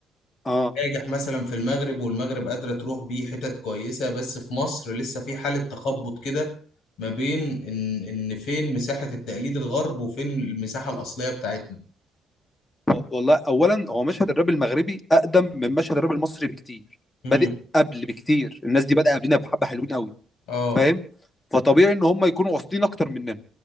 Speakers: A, on the left; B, on the left.
A: اه
B: ناجح مثلا في المغرب والمغرب قادرة تروح بيه حتت كويسة بس في مصر لسه في حالة تخبط كده ما بين إن إن فين مساحة التقليد الغرب وفين المساحة الأصلية بتاعتنا
A: و- والله اولا هو مشهد الراب المغربي اقدم من مشهد الراب المصري بكتير
B: مم.
A: بادئ قبل بكتير الناس دي بدأ قبلنا بحبه حلوين قوي
B: اه
A: فاهم فطبيعي ان هم يكونوا واصلين اكتر مننا